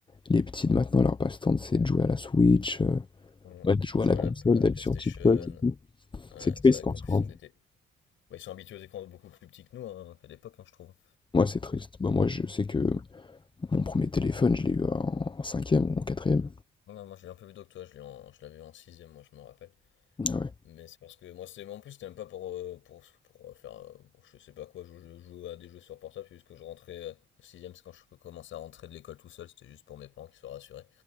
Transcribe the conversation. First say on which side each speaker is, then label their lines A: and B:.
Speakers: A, on the left; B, on the left.
A: les petits de maintenant, leur passe-temps, c'est de jouer à la Switch, euh,
B: Mm.
A: ouais, de jouer
B: Je
A: à
B: vois
A: la console,
B: la, la
A: d'aller
B: PlayStation.
A: sur TikTok et tout.
B: Ouais,
A: C'est triste
B: c'est vrai
A: en
B: qu'en
A: soi.
B: plus, ils
A: hein.
B: ont des té- bah, ils sont habitués aux écrans beaucoup plus petits que nous hein, qu'à l'époque, hein, je trouve.
A: Moi, c'est triste. Bah, moi, je sais que mon premier téléphone, je l'ai eu en en cinquième ou en quatrième.
B: Ouais, moi, je l'ai un peu plus tôt que toi. Je l'ai en- je l'avais en sixième, moi, je me rappelle.
A: Ah Ouais.
B: Mais c'est parce que moi, c'était en plus, c'était même pas pour, euh, pour, pour euh, faire. euh, pour je sais pas quoi, je, je jouais à des jeux sur portable, c'est juste que je rentrais euh, au 6 c'est quand je commençais à rentrer de l'école tout seul, c'était juste pour mes parents qui soient rassurés.